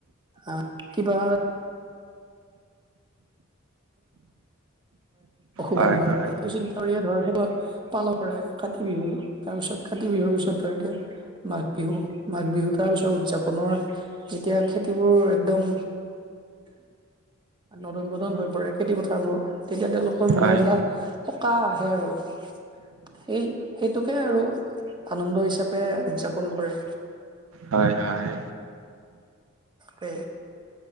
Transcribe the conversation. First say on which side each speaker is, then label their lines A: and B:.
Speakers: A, on the right; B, on the right.
A: আ কিবা অসুবিধা
B: হয়,
A: নহয়
B: হয়,
A: আৰৰ <unintelligible> কৰিয়ে ধৰ সেইটো পালন কৰে কাতি বিহু, তাৰ পিছত কাতি বিহুৰ পিছত ধৰ এতিয়া মাঘ বিহু মাঘ বিহু তাৰপিছত উদ্‌যাপনৰ যেতিয়া খেতিবোৰ একদম- নদন বদন হৈ- কৰে খেতি পথাৰবোৰ তেতিয়া তেওঁলোকৰ
B: হয়,
A: মনত এটা সকাহ আহে আৰু। সেই সেইটোকে আৰু আনন্দ হিচাপে উদ্‌যাপন কৰে।
B: হয় হয়।
A: এ